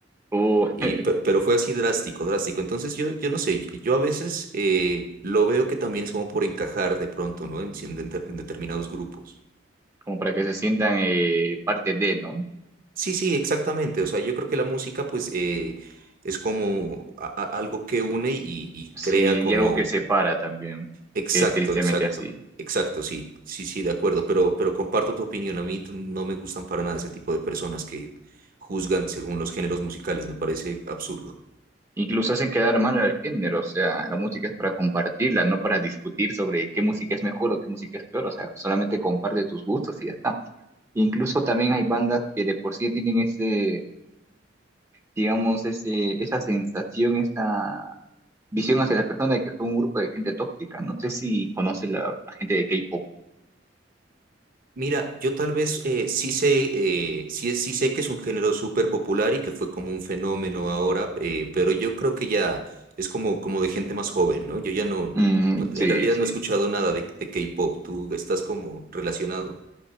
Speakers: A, on the right; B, on the right.
A: O
B: y,
A: <laughs>
B: pe- pero fue así drástico, drástico. Entonces yo, yo no sé, yo yo a veces eh, lo veo que también es como por encajar de pronto, ¿no? En, si en de- en determinados grupos.
A: como para que se sientan eh, parte de, ¿no?
B: Sí, sí, exactamente. O sea, yo creo que la música pues eh, es como a- a- algo que une y, y
A: Sí,
B: crea como...
A: y algo que separa también,
B: Exacto,
A: que es tristemente
B: exacto.
A: así.
B: Exacto, sí, sí, sí, de acuerdo, pero, pero comparto tu opinión. A mí no me gustan para nada ese tipo de personas que juzgan según los géneros musicales, me parece absurdo.
A: Incluso hacen quedar mal al género, o sea, la música es para compartirla, no para discutir sobre qué música es mejor o qué música es peor, o sea, solamente comparte tus gustos y ya está. Incluso también hay bandas que de por sí tienen ese digamos, ese, esa sensación, esa visión hacia la persona de que fue un grupo de gente tóxica. No sé si conoce la, la gente de K-pop.
B: Mira, yo tal vez eh, sí sé, eh, sí, sí sé que es un género súper popular y que fue como un fenómeno ahora, eh, pero yo creo que ya es como, como de gente más joven, ¿no? Yo ya no,
A: Mm,
B: no-
A: sí,
B: en realidad
A: sí.
B: no he escuchado nada de, de K-pop, tú estás como relacionado.